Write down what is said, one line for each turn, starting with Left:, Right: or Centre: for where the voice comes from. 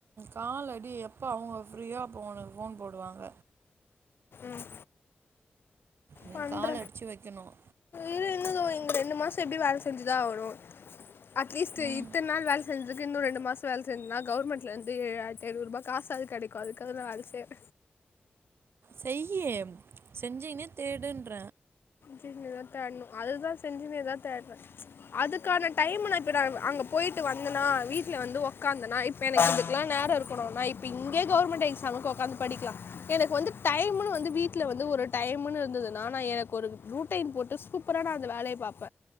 Right: கால் அடி எப்ப அவங்க ஃப்ரீயோ அப்ப உனக்கு ஃபோன் போடுவாங்க
Left: ம்
Right: நீ
Left: பண்ற
Right: கால் அடித்து வைக்கணும்
Left: இரு தோ இங்க ரெண்டு மாச எப்டியு வேல செஞ்சுதா ஆகனு அட்லீஸ்ட்
Right: ம்
Left: இத்தன் நாள் வேல செஞ்சதுக்கு இன்னு ரெண்டு மாச வேல செஞ்சனா கவர்மென்டலந்து ஆயிரத்த ஐநூறுபா காசாவது கெடைக்கு அதுக்காகதா வேல செய்யற
Right: செய்யி செஞ்சினே தேடுன்ற
Left: சின்னதா தேடணு அதுதா செஞ்சினேதா தேடற அதுக்கான டைம் ந இப்ப நா அங்க போய்ட்டு வந்தனா வீட்ல வந்து உக்காந்தனா இப்ப எனக்கு இதுக்கெலா நேர இருக்கணு நா இப்ப இங்கே கவுர்மெண்ட் எக்ஸாம்க்கு உக்காந்து படிக் லா எனக்கு வந்து டைம்னு வந்து வீட்ல வந்து ஒரு டைம்ன்னு இருந்துதுனா நா எனக்கு ஒரு ரூட்டைன் போட்டு சூப்பரா நா அந்த வேலைய பாப்ப